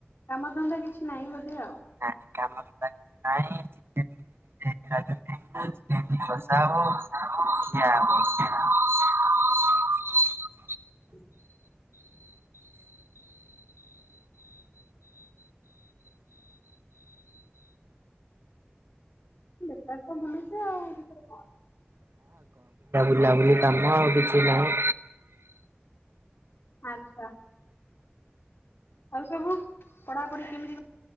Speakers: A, on the left; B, on the right.
A: କାମ ଧନ୍ଦା କିଛି ନାହିଁ ବୋଧେ ଆଉ
B: ନା କାମରେ <inaudible> <inaudible>
A: ହୁଁ <inaudible> ବେକାର ତ ବୁଲୁଛେ ଆଉ, ଭିତରେ କଣ
B: ଲଭଲି ତମ ଆଉ କିଛି ନାଇଁ।
A: ଆଚ୍ଛା। ଆଉ ସବୁ ପଢାପଢି କେମିତି କଣ?